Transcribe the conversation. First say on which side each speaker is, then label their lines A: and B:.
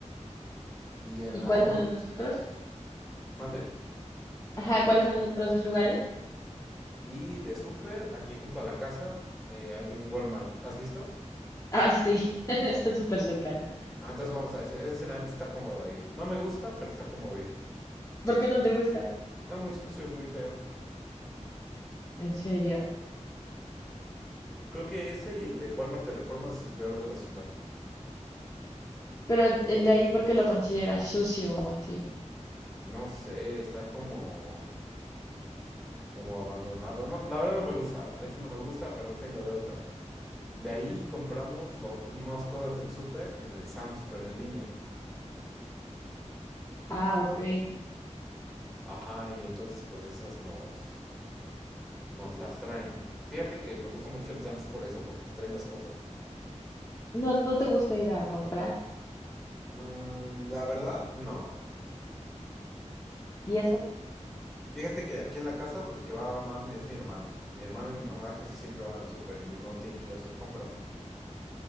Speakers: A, in the centre; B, on the left.
A: Y en
B: ¿Y
A: la
B: cuáles
A: noche,
B: son los otros?
A: mande.
B: Ajá, ¿cuáles son los otros dos lugares?
A: Y de súper, aquí junto a la casa, eh, hay un Walmart. ¿Has visto?
B: Ah, sí, <laughs> está súper cercano.
A: Ah, entonces vamos a ese. Ese sí, la neta está cómodo de ir. No me gusta, pero está cómodo de ir.
B: ¿Por qué no te gusta?
A: Está muy sucio y muy feo.
B: ¿En serio?
A: Creo que ese y el de Walmart de Reforma es el peor de la ciudad.
B: Pero el el de ahí, ¿por qué lo consideras sucio o así?
A: No sé, está como, como abandonado. No, la verdad no me gusta. Ese no me gusta, pero no tengo de otra. De ahí compramos lo- unas cosas del súper en el Sam's, pero en línea.
B: Ah, ok.
A: Ajá, y entonces pues esas nos, nos las traen. Fíjate que me gusta mucho el Sam's por eso, porque te trae las cosas.
B: ¿No, no te gusta ir a comprar?
A: Mm, la verdad, no.
B: ¿Y eso?
A: Fíjate que aquí en la casa el que va más es mi hermano. Mi hermano y mi mamá casi siempre van al súper y mi hermano tiene que ir a hacer compras.